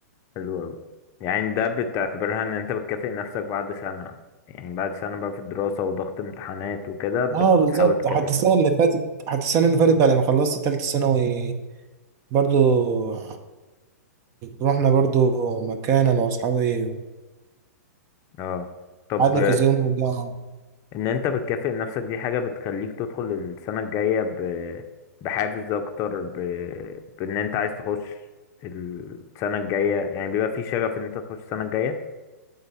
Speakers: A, on the left (about 35°); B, on the right (about 35°).
A: حلو أوي. يعني ده بتعتبرها ان انت بتكافئ نفسك بعد سنة يعني بعد سنة بقى في الدراسة وضغط امتحانات وكده بتحاول
B: اه بالظبط
A: تكافئ
B: حتى
A: نفسك
B: السنة اللي فاتت حتى السنة اللي فاتت بعد ما خلصت تالتة ثانوي برضو رحنا برضو مكان أنا وأصحابي
A: اه طب
B: قعدنا كذا يوم ورجعنا
A: ان انت بتكافئ نفسك دي حاجة بتخليك تدخل السنة الجاية ب... بحافز اكتر ب... بان انت عايز تخش السنة الجاية يعني بيبقى في شغف ان انت تخش السنة الجاية